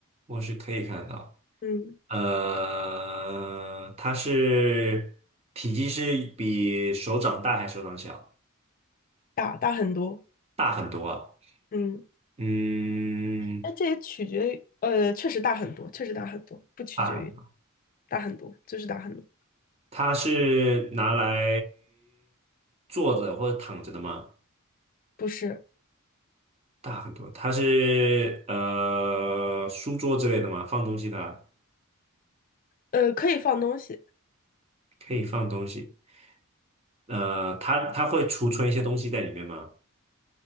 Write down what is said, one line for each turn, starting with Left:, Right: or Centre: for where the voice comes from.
Right: 卧室可以看得到。
Left: 嗯，
Right: 呃，它是体积是比手掌大还是手掌小？
Left: 大大很多，
Right: 大很多啊。
Left: 嗯，
Right: 嗯，
Left: 哎，这也取决于，呃，确实大很多，确实大很多，不取决于
Right: 大很。
Left: 大很多，就是大很多，
Right: 它是拿来坐着或者躺着的吗？
Left: 不是，
Right: 大很多。它是呃书桌之类的吗？放东西的啊
Left: 呃，可以放东西，
Right: 可以放东西。呃，它它会储存一些东西在里面吗？